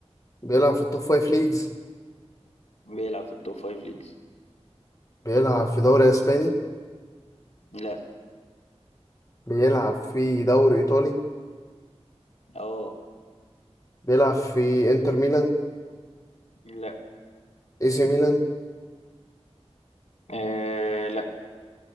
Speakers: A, on the left (about 30°); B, on the left (about 80°).
A: بيلعب في التوب فايف ليجز
B: بيلعب في التوب فايف ليجز
A: بيلعب في دوري اسباني
B: لا
A: بيلعب في دوري ايطالي
B: اه
A: بيلعب في انتر ميلان
B: لا
A: اي سي ميلان
B: آه لا